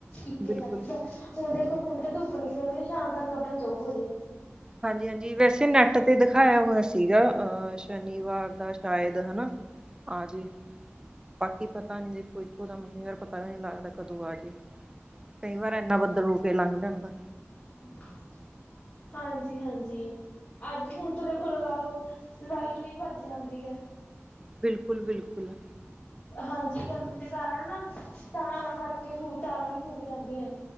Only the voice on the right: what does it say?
ਬਿਲਕੁਲ
ਬਿਲਕੁਲ
ਹਾਂਜੀ-ਹਾਂਜੀ, ਵੈਸੇ ਨੈਟ ਤੇ ਦਿਖਾਇਆ ਹੋਇਆ ਸੀਗਾ, ਅ ਸ਼ਨੀਵਾਰ ਦਾ ਸ਼ਾਇਦ ਹਨਾ? ਹਾਂਜੀ। ਬਾਕੀ ਪਤਾ ਨੀ ਦੇਖੋ, ਇੱਕੋ ਦਮ, ਯਾਰ ਪਤਾ ਵੀ ਨੀ ਲੱਗਦਾ ਕਦੋਂ ਆ ਜਏ। ਕਈ ਵਾਰ ਇੰਨਾ ਬੱਦਲ ਹੋ ਕੇ ਲੰਘ ਜਾਂਦਾ।
ਬਿਲਕੁਲ- ਬਿਲਕੁਲ।